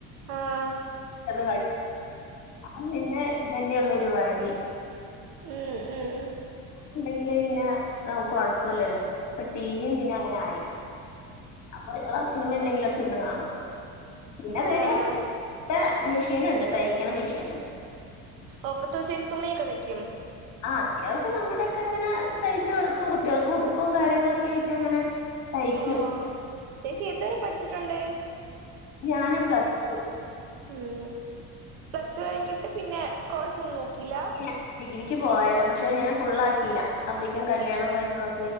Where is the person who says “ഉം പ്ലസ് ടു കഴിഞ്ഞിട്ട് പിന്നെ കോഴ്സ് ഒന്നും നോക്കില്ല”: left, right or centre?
Right